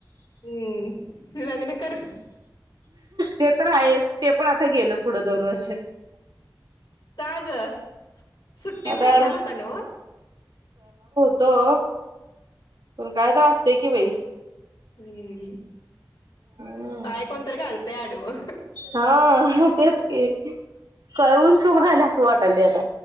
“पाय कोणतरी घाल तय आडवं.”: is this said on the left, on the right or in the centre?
Left